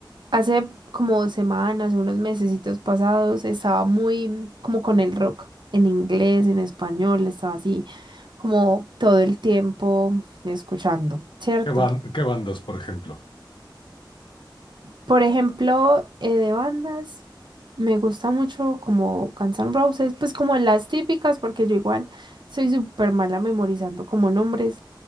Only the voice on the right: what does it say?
hace como dos semanas, unos mesecitos pasados, estaba muy como con el rock, en inglés, en español, estaba así como todo el tiempo escuchando, ¿cierto?
Por ejemplo, eh, de bandas, me gusta mucho como Guns N' Roses, pues como las típicas, porque yo igual soy súper mala memorizando como nombres,